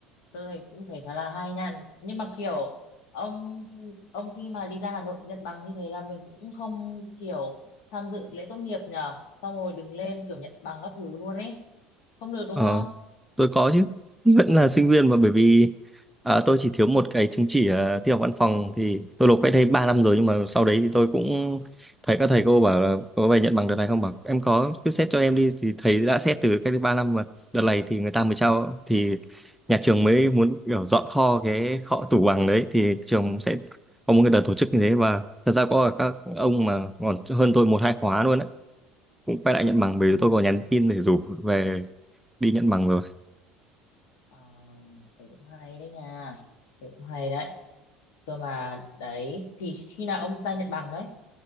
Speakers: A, on the left; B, in the centre.
A: tôi thấy cũng thấy khá là hay nha nhưng mà kiểu ông ông khi mà đi ra Hà Nội nhận bằng như thế là mình cũng không kiểu tham dự lễ tốt nghiệp nhờ xong rồi đứng lên kiểu nhận bằng các thứ luôn ấy không được đúng
B: Ờ.
A: không
B: tôi có chứ <laughs> vẫn là sinh viên mà bởi vì à, tôi chỉ thiếu một cái chứng chỉ à, tin học văn phòng thì tôi nộp cách đây 3 năm rồi nhưng mà sau đấy thì tôi cũng thấy các thầy cô bảo là có về nhận bằng đợt này không bảo em có cứ xét cho em đi thì thầy đã xét từ cách đây 3 năm mà đợt này thì người ta mới trao thì nhà trường mới muốn kiểu dọn kho cái kho tủ bằng đấy thì trường sẽ có một cái đợt tổ chức như thế và thật ra có các ông mà còn hơn tôi một hai khóa luôn á cũng quay lại nhận bằng bởi
A: ừ.
B: vì tôi có nhắn tin để rủ về đi nhận bằng rồi
A: ờ, thế cũng hay đấy nha thế cũng hay đấy cơ mà đấy thì khi nào ông ta nhận bằng đấy